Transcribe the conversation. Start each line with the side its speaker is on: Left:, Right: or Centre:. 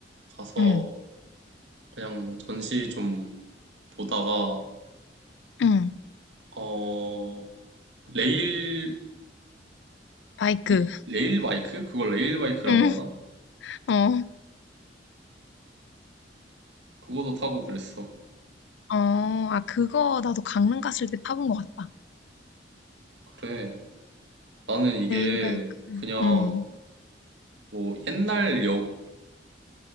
Right: 가서
Left: 응.
Right: 그냥 전시 좀 보다가
Left: 응.
Right: 어, 레일
Left: 바이크.
Right: 이- 레일 바이크? 그걸 레일 바이크라고
Left: 응.
Right: 하나?
Left: 어.
Right: 그거도 타고 그랬어.
Left: 어. 아, 그거 나도 강릉 갔을 때 타본 것 같다.
Right: 그래. 나는 이게
Left: 레일 바이크.
Right: 그냥
Left: 응.
Right: 뭐 옛날 역에서